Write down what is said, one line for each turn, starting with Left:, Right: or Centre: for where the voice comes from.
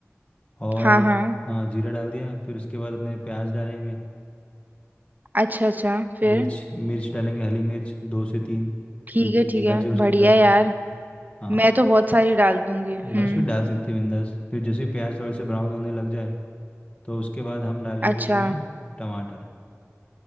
Left: और
Right: हाँ हाँ
Left: हाँ जीरा डाल दिया फिर उसके बाद अपने प्याज डालेंगे
Right: अच्छा अच्छा फिर
Left: मिर्च मिर्च डालेंगे हरी मिर्च दो से तीन
Right: ठीक
Left: जितनी
Right: है
Left: तीखा
Right: ठीक है
Left: चाहिए उसके
Right: बढ़िया
Left: हिसाब
Right: यार
Left: से हाँ
Right: मैं तो बहुत सारी डाल दूंगी हम्म
Left: बस फिर डाल सकते हैं बिंदास फिर जैसे ही प्याज थोड़े से ब्राउन होने लग जाए तो उसके बाद हम डालेंगे
Right: अच्छा
Left: उसमें टमाटर